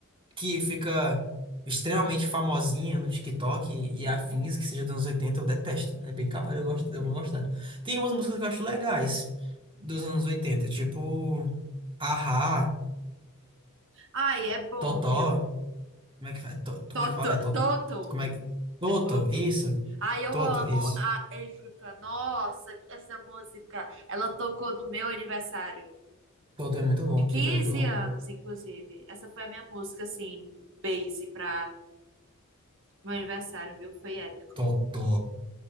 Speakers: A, on the right; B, on the right.
A: que fica extremamente famosinha no TikTok e, e afins que seja dos anos oitenta eu detesto. É bem capaz de eu, gosto, de eu não gostar. Tem umas músicas que eu acho legais dos anos oitenta tipo, Ahá.
B: Ai, é bom,
A: Totó,
B: viu?
A: Como é que, fa- to- como
B: Toto,
A: é que fala? É Toto.
B: Toto,
A: Como é que. Toto,
B: é Toto.
A: isso.
B: Ai, eu
A: Toto,
B: amo
A: isso.
B: a África. Nossa, essa música, ela tocou no meu aniversário.
A: Toto é muito bom.
B: De 15
A: Toto é muito bom.
B: anos, inclusive. Essa foi a minha música, assim, base pra meu aniversário, viu? Foi épico.
A: Toto.